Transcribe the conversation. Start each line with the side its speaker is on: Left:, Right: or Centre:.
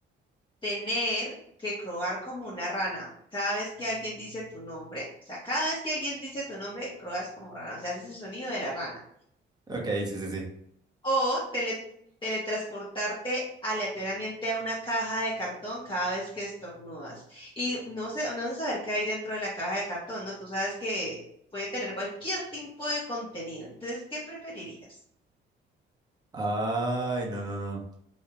Left: tener que croar como una rana. Cada vez que alguien dice tu nombre, o sea, cada vez que alguien dice tu nombre, croas como rana, o sea, haces el sonido de la rana.
Right: Ok, sí, sí, sí.
Left: O tele- teletransportarte aleatoriamente a una caja de cartón cada vez que estornudas. Y no sé, no sé saber qué hay dentro de la caja de cartón, ¿no? Tú sabes que puede tener cualquier tipo de contenido. Entonces, ¿qué preferirías?
Right: Ay, no, no, no.